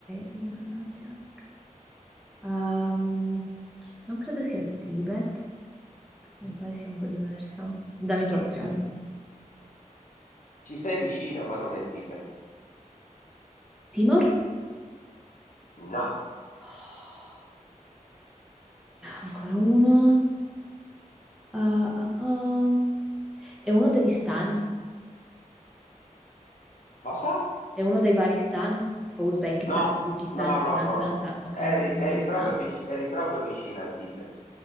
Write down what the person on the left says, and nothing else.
Ci sei vicina, ma non è il Tibet.
No.
Cosa?
No,
no, no,
no,
no.
Eri,
eri
proprio
vici- eri proprio vicina al Tibet.